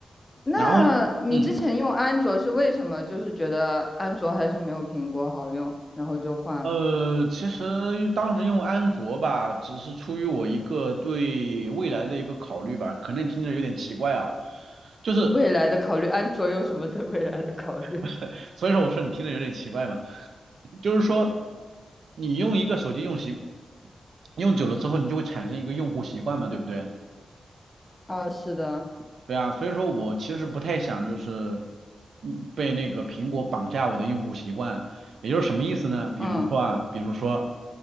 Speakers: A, on the left (about 15°); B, on the right (about 80°).
A: 那
B: 然后嗯
A: 你之前用安卓是为什么？就是觉得安卓还是没有苹果好用，然后就换了。
B: 呃，其实当时用安卓吧，只是出于我一个对未来的一个考虑吧，可能听着有点奇怪啊，就是
A: 对未来的考虑，安卓有什么对未来的考虑？
B: <laughs> 所以说我说你听着有点奇怪嘛，就是说你用一个手机用习用久了之后，你就会产生一个用户习惯嘛，对不对？
A: 啊，是的，
B: 对啊，所以说我其实不太想就是嗯被那个苹果绑架我的用户习惯，也就是什么意思呢？比如说啊，
A: 嗯。
B: 比如说